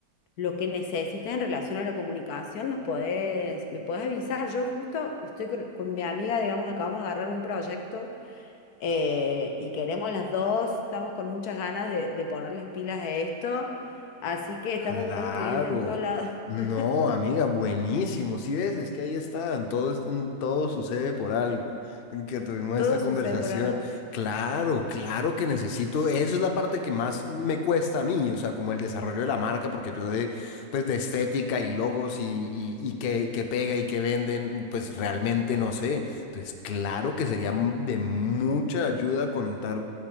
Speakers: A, on the left; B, on the left.
A: lo que necesites en relación a la comunicación, nos podés, me podés avisar. Yo justo estoy con, con mi amiga, digamos, acabamos de agarrar un proyecto eh, y queremos las dos, estamos con muchas ganas de, de ponerles pilas a esto, así que
B: claro.
A: estamos buscando clientes en todos lados.
B: No,
A: <laughs>
B: amiga, buenísimo. Si ves, es que ahí están, todo, es- todo sucede por algo, en que tuvimos
A: Todo
B: esta conversación.
A: sucede por algo.
B: Claro, claro que necesito, eso es la parte que más me cuesta a mí, o sea, como el desarrollo de la marca, porque yo de, pues, de estética y logos y, y, y qué, qué pega y qué venden, pues realmente no sé. Entonces, claro que sería de mucha ayuda contar